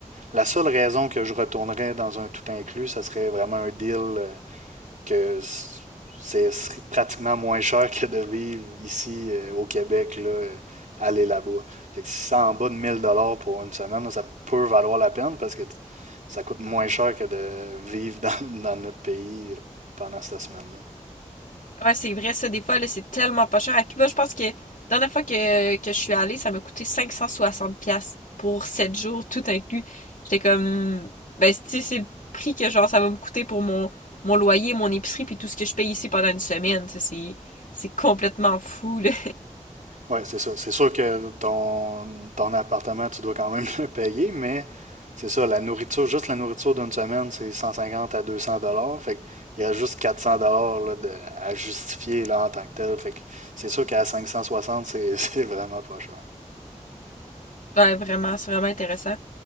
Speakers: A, on the right (about 75°); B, on the left (about 80°).
A: La seule raison que je retournerais dans un tout inclus, ça serait vraiment un deal euh, que c'est pratiquement moins cher que de vivre ici euh, au Québec, là, euh, aller là-bas. Fait que si c'est en bas de 1000 dollars pour une semaine, là, ça peut valoir la peine parce que ça coûte moins cher que de vivre <laughs> dans, dans notre pays euh, pendant cette semaine-là.
B: Ouais, c'est vrai, ça, des fois, là, c'est tellement pas cher. À Cuba, je pense que, la dernière fois que, que je suis allée, ça m'a coûté 560$ piastres pour 7 jours, tout inclus. J'étais comme, ben, tu sais, c'est le prix que, genre, ça va me coûter pour mon, mon loyer, mon épicerie, puis tout ce que je paye ici pendant une semaine. Ça, C'est, c'est complètement fou, là.
A: Ouais, c'est ça. C'est sûr que ton, ton appartement, tu dois quand même <laughs> le payer, mais c'est ça, la nourriture, juste la nourriture d'une semaine, c'est 150 à 200 dollars. Fait qu'il y a juste 400 dollars là, de- à justifier là, en tant que tel. Fait que c'est sûr qu'à 560, c'est <laughs> c'est vraiment pas cher.
B: Ouais, vraiment, c'est vraiment intéressant.